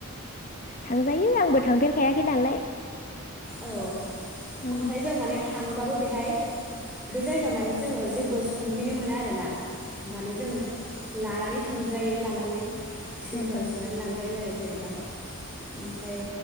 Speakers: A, on the left; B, in the centre.
A: थांजायो आंबो थांफेर खायाखै नालाय
B: औ।
A: औ
B: ओमफ्राय जों माने था थाङोबाबो बेहाय बे जायगायाव माने जोङो जेबो संहैनो मोना आरोना। माने जों लानानै थांजायो लानानै टिफिनफोराव
A: अ
B: सोनानै लांजायो आरो। जेनेबा ओमफ्राय